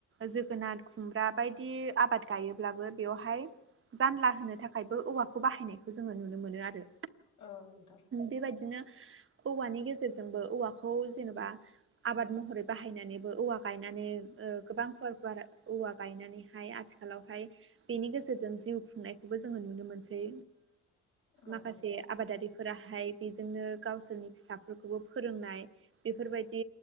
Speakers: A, on the right; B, on the left.
A: जोगोनार खुमब्रा बायदि आबाद गायोब्लाबो बेवहाय जानला होनो थाखाय थाखायबो औवाखौ बाहायनायखौ जोङो नुनो मोनो आरो
B: औन दां
A: बेबायदिनो औवानि गेजेरजोंबो औवाखौ जेनेबा आबाद महरै बाहायनानैबो औवा गायनानै गोबां फुवार फुवार औवा गायनानैहाय आथिखालावहाय बेनि गेजेरजों जिउ खुंनायखौबो जोङो नुनो मोनसै
B: औ
A: माखासे
B: नोंथां
A: आबादारिफोर फोराहाय बेजोंनो गावसोरनि फिसाफोरखौबो फोरोंनाय बेफोरबायदि